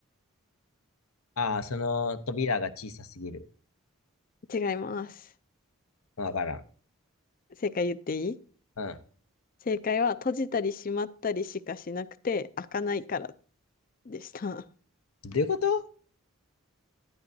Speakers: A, on the left (about 75°); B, on the left (about 40°).
A: ああ、その扉が小さすぎる。
B: う違います。
A: わからん。
B: 正解言っていい
A: うん。
B: 正解は閉じたり閉まったりしかしなくて開かないからでした。
A: どういうこと